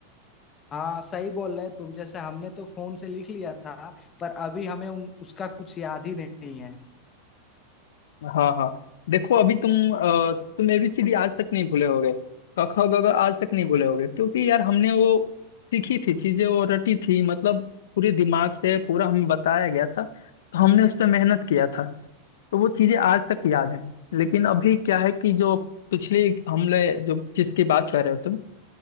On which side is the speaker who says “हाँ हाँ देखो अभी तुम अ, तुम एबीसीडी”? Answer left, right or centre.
Left